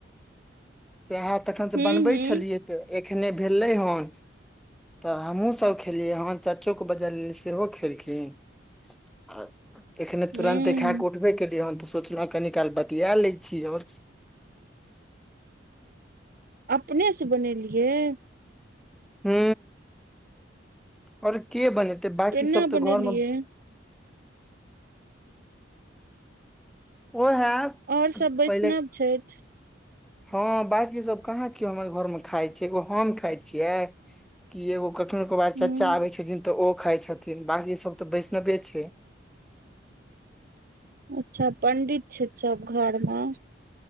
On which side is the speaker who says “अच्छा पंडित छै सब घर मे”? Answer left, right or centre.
Right